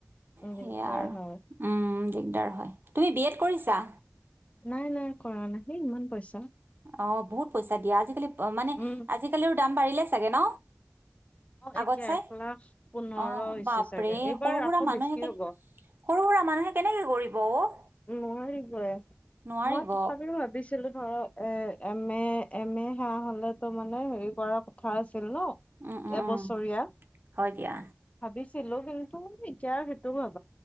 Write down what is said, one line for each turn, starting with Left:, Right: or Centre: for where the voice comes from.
Left: দিগদাৰ
Right: সেইয়া আৰু
Left: হয়,
Right: উম। দিগদাৰ হয়, তুমি বি এড কৰিছা?
Left: নাই, নাই, কৰা নাই হে ইমান পইচা।
Right: অ'বহুত পইচা দিয়া আজিকালি অ' মানে
Left: উম,
Right: আজিকালি দাম বাঢ়িলে চাগে ন।
Left: অ'
Right: আগত
Left: এতিয়া
Right: চাই
Left: এক লাখ পোন্ধৰ
Right: অঁ
Left: হৈছে
Right: বাপৰে
Left: চাগে। এইবাৰ
Right: সৰু সুৰা
Left: আকৌ
Right: মানুহে
Left: বেছি
Right: কেনে
Left: হ'ব।
Right: সৰু সুৰা মানুহে কেনেকে কৰিব অ'
Left: নোৱাৰিবই,
Right: নোৱাৰিব
Left: মই তথাপিও ভাবিছিলোঁ ধৰক। এ এম এ এম এ সেৱা হলেতো মানে হেৰি কৰাৰ কথা আছিল। ছিল ন
Right: উম উম
Left: এবছৰীয়া
Right: উম হয় দিয়া
Left: ভাবিছো। ছিলো, কিন্তু এতিয়া সেইটো ভাবি